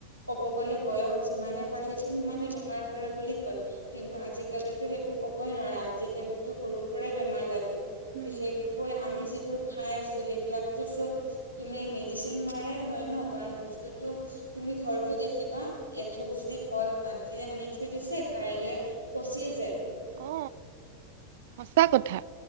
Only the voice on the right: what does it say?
হুম
হুম হুম।
অ সঁচা কথা